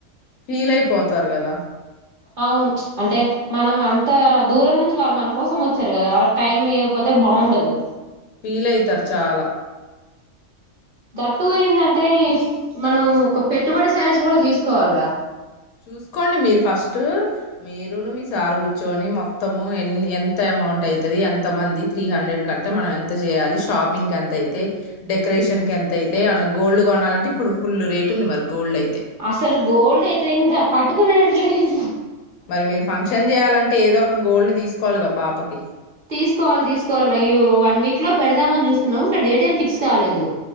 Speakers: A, on the left; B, on the right.
A: ఫీల్ అయిపోతారు కదా.
B: అవును అంటే మనం అంత దూరం నుంచి వాళ్ళు మన కోసం వచ్చారు. కదా వాళ్ళకి టైం ఇవ్వకపోతే. అయితే బాగుండదు.
A: ఫీల్ అయితారు చాలా.
B: దట్టు ఏందంటే మనం ఒక పెట్టుబడి. శారీజ్ కూడా తీసుకోవాలరా.
A: చూసుకోండి మీరు ఫస్ట్ మీరును మీ సార్ కూర్చోని మొత్తము ఎన్ని ఎంత. అమౌంట్ అయితది. ఎంత మంది త్రీ హండ్రెడ్ కంటే మనం ఎంత చేయాలి. షాపింగ్ ఎంత అయితయ్ డెకరేషన్. కి ఎంత అయితే ఏమన్నా గోల్డ్ కొనాలంటే. ఇప్పుడు ఫుల్ రేట్ ఉంది. మరి గోల్డ్ అయితే.
B: అసలు గోల్డ్ అయితే ఇంకా పట్టుకునేటట్లు లేదు.
A: మరి మీరు ఫంక్షన్ చేయాలంటే. ఏదో ఒక గోల్డ్ తీసుకోవాలిగా పాపకి.
B: తీసుకోవాలి తీసుకోవాలి అయ్యో వన్ వీక్ లో పెడదామని చూస్తున్నాం. ఇంకా డేట్ ఏం ఫిక్స్ కాలేదు.